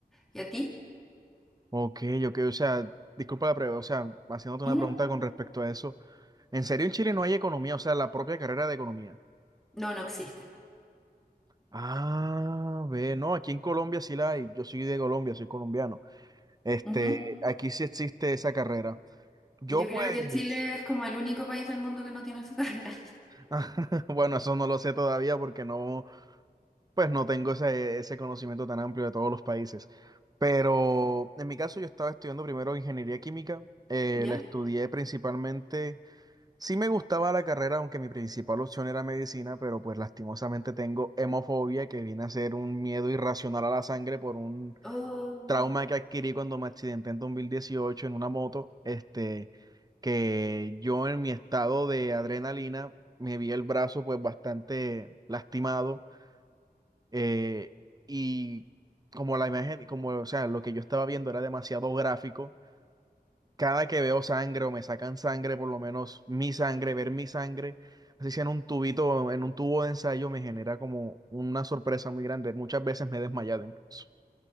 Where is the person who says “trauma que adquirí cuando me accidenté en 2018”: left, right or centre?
Right